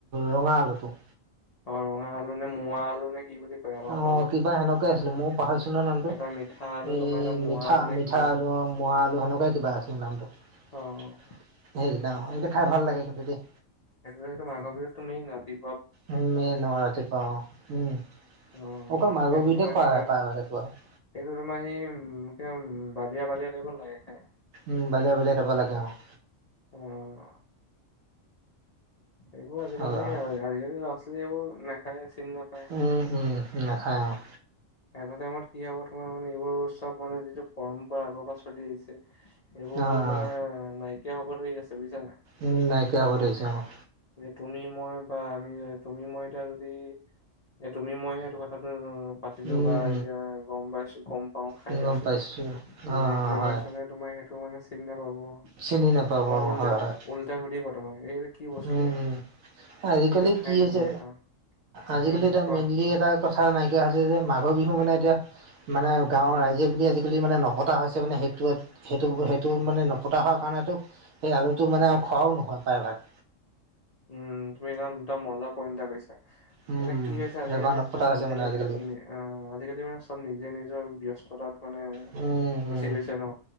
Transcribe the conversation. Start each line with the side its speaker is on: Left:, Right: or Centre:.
Right: ৰঙা আলুটো?
Left: অ', ৰঙা আলু নে, মোৱা আলু নে কি বুলি কয়। আমাৰ
Right: অ'
Left: অসমীয়া
Right: কিবা সেনেকুৱাই আছিলে, মই পাহৰিছো নহয় নামটো
Left: এটা মিঠা আলু
Right: এই
Left: তোমাৰ এটা মোৱা
Right: মিঠা
Left: আলু নে
Right: মিঠা
Left: কি কয়
Right: আলু। মোৱা আলু সেনেকুৱাই কিবা আছিল নামটো,
Left: অ'।
Right: সেইকেইটা অ' সেইকেইটা খাই ভাল লাগে কিন্তু দেই।
Left: এতিয়াটো মাঘৰ বিহুটো মেইন ৰাতি
Right: উ, মেন অ', ৰাতিপুৱা অ', উম,
Left: অ',
Right: অকল মাঘৰ
Left: সেইটো
Right: বিহুতে
Left: তোমাৰ
Right: খোৱা
Left: কিবা
Right: হয় প্ৰায়ভাগ এটো আৰু।
Left: সেইটো তোমাৰ সেই উ, বালিয়া বালিয়া টাইপত লাগে খাই।
Right: উম, বালিয়া বালিয়া টাইপৰ লাগে অ'।
Left: উম। এইবোৰ আজিকালি
Right: হয় হয়
Left: আজিকালি ল'ৰা-ছোৱালী এইবোৰ নাখায় চিনি নাপায়।
Right: উম, উম, নাখায় অ'।
Left: এটা টাইমত কি হ'ব তোমাৰ মানে এইবোৰ চব মানে যিটো পৰম্পৰা আগৰ পৰা চলি আহিছে। এইবোৰ
Right: অ
Left: মানে
Right: অ
Left: নাইকিয়া হব ধৰি আছে বুজিছা নে নাই?
Right: উম, নাইকিয়া হ'ব ধৰিছে অ'।
Left: তুমি মই বা আমি তুমি মই এতিয়া যদি এ তুমি মই সেইটো কথাটো পাতিলো
Right: উম
Left: বা এতিয়া গ'ম পাইছো গ'ম পাও খাই
Right: উম
Left: পাইছো,
Right: গম অ
Left: নেক্স
Right: অ
Left: জেনেৰেচনে
Right: হয়
Left: তোমাৰ সেইটো মানে চিনি নাপাব।
Right: চিনি নাপাব
Left: তোমাক
Right: অ
Left: উল্টাই
Right: হয় হয়
Left: উল্টাই সুধিব তোমাক এই কি বস্তু
Right: উম, উম, আজিকালি
Left: এইটো খাই
Right: কি
Left: নেকি
Right: হৈছে
Left: নেখাও।
Right: আজিকালি
Left: উম
Right: এটা
Left: কোৱা
Right: মেইনলি এটা কথা নাইকিয়া হৈছে যে মাঘৰ বিহু মানে এতিয়া মানে গাঁৱৰ
Left: উম
Right: ৰাইজে বুলি আজিকালি মানে নপতা হৈছে মানে সেই টো সেইটো সেইটো মানে নপতা হোৱা কাৰণেতো সেই আলুটো মানে আৰু খোৱাও নহয় প্ৰায়ভাগ।
Left: উম, তুমি একদম মজা পইণ্ট এটা কৈছা।
Right: উম,
Left: মানে কি হৈছে আজিকালি
Right: এবাৰ পতা
Left: চব
Right: আছে
Left: নিজে
Right: মানে
Left: নিজ
Right: আজিকালি
Left: আজিকালি মানে চব নিজে নিজৰ ব্যস্ততাত মানে
Right: উম।
Left: গুচি
Right: উম।
Left: গৈছে ন'